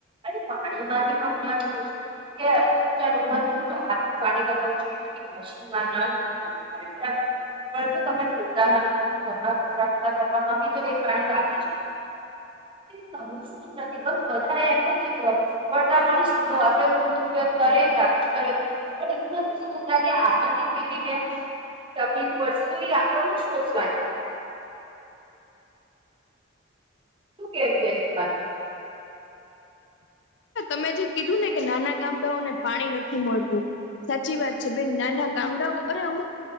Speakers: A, on the right; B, on the left.
A: અરે પાણી બાકી પણ હ કું છું. આું પાણી તમે ઉકે મશીનમાં ના. <inaudible> પણ તો તમે પોતામાંવા કચરારા કરવામાં બી તો વેસાણી બાી શકો. સમ શું નથી બસ વધારે એમ થચી ગ બ. પતા મળશ દુરુપયોગ કરે ડરે. પણ એું શ શુંતા કે આગની પે. તને પર્સનલી આપણનું જ સોચવાનું. કે <inaudible>
B: તમે જે કીધું ને કે નાના ગામડાઓને પાણી નથી મળતું સાચી વાત છે બેન નાના ગામડાઓ અરે અમુક